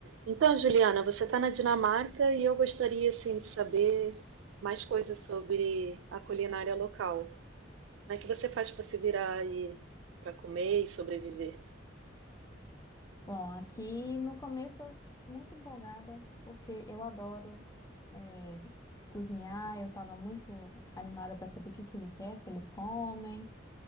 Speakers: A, on the right; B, on the left.
A: Então, Juliana, você está na Dinamarca e eu gostaria assim, de saber mais coisas sobre a culinária local. Como é que você faz para se virar aí para comer e sobreviver?
B: Bom, aqui no começo eu tô muito empolgada, porque eu adoro eh, cozinhar, eu estava muito animada para saber o que que ele quer que eles comem.